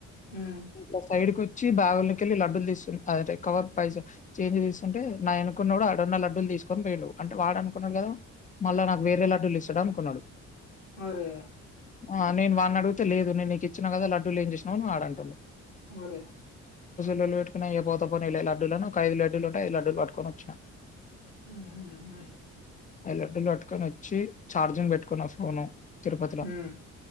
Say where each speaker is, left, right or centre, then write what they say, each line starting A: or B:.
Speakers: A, on the left; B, on the left.
A: ఉమ్,
B: ఇ సైడ్కి వచ్చి బాగుకెళ్ళి లడ్డూలు తీసు అదే కవర్ పైసా చేంజ్ తీసుకుంటే నాఎనక్కున్నోడు అడున్న లడ్డులు తీసుకొని పోయిండు అంటే వాడు అనుకున్నాడు కదా మళ్ళా నాకు వేరే లడ్డులు ఇస్తాడు అనుకున్నాడు
A: అరే
B: ఆ నేను వాడిని అడిగితే లేదు నే నీకి ఇచ్చినా కదా లడ్డులు ఏం చేసినవ్ అని వాడు అంటాను.
A: మరి
B: లొల్లి పెట్టుకుని అయ పోతాపోని లడ్డులను ఐదు లడ్లుంటయి ఐదు లడ్లు పట్టుకొని వచ్చిన
A: ఉహు ఉ
B: లడ్డులు పట్టుకొని వచ్చి చార్జింగ్ పెట్టుకున్న ఫోను తిరుపతిలో
A: ఉమ్,